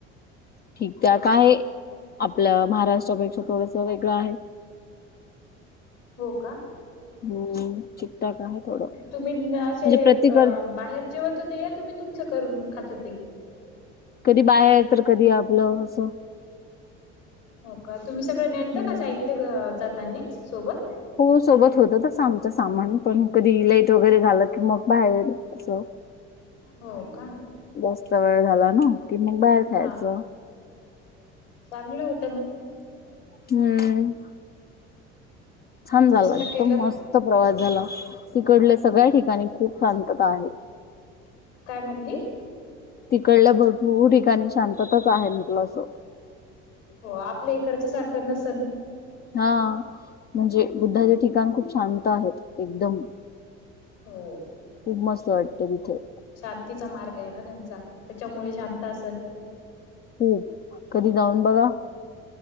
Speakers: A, on the left; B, on the left.
A: ठीक त्या काय आपलं महाराष्ट्रापेक्षा थोडस वेगळं आहे. <inaudible>
B: हो का?
A: हम्म चिकट आहे थोडं.
B: तुम्ही असे
A: म्हणजे प्रत्येक
B: अ बाहेर जेवत होते या तुम्ही तुमचं करून खात होते?
A: कधी बाहेर तर कधी आपलं असं.
B: हो का तुम्ही सगळं नेलत
A: हम्म.
B: का साहित्य जातानी सोबत?
A: हो सोबत होत तस आमचं सामान पण कधी लेट वगैरे झाालं की मग बाहेर. अस
B: हो का
A: जास्त वेळ झाला ना. ति मग बाहेर खायच
B: हा चांगलं होत.
A: हम्म छान झाला
B: मस्त
A: एकदम
B: केलं
A: मस्त प्रवास झाला तिकडलं सगळ्या ठिकाणी खूप शांतता आहे.
B: काय म्हणली?
A: तिकडल्या भरपूर ठिकाणी शांतताच आहे म्हटलं अस.
B: हो आपल्या इकडच सारखं नसल?
A: हा म्हणजे बुद्धाचे ठिकाण खूप शांत आहेत एकदम.
B: हो
A: खूप मस्त वाटते तिथे.
B: शांतीचा मार्ग आहे ना त्यांचा त्याच्यामुळे शांत असल.
A: हो कधी जाऊन बघा.